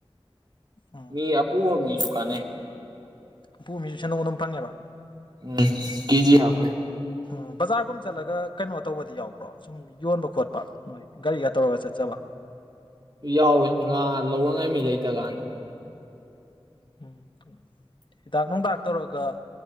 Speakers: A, on the left (about 50°); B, on the right (about 45°).
A: ꯎꯝ
B: ꯃꯤ ꯑꯄꯨꯕ ꯃꯤꯁꯨ ꯀꯥꯅꯩ
A: ꯑꯄꯨꯕ ꯃꯤꯁꯨ ꯁꯦꯟꯗꯣꯡ ꯑꯗꯨꯝ ꯐꯪꯉꯦꯕ
B: ꯎꯝ ꯀꯦꯖꯤ ꯍꯥꯄꯩ
A: ꯑꯣ ꯕꯖꯥꯔꯒꯨꯝ ꯆꯠꯂꯒ ꯀꯩꯅꯣ ꯇꯧꯕꯗꯤ ꯌꯥꯎꯕ꯭ꯔꯣ ꯁꯨꯝ ꯌꯣꯟꯕ ꯈꯣꯠꯄ ꯅꯣꯏ ꯒꯥꯔꯤꯒ ꯇꯧꯔꯒ ꯆꯠꯆꯕ
B: ꯌꯥꯎꯋꯦ ꯉꯥ ꯂꯧꯔꯉꯥꯏ ꯃꯤ ꯂꯩꯇ ꯀꯥꯟꯗ
A: ꯎꯝ ꯍꯤꯗꯥꯛ ꯅꯨꯡꯗꯥꯛ ꯇꯧꯔꯒ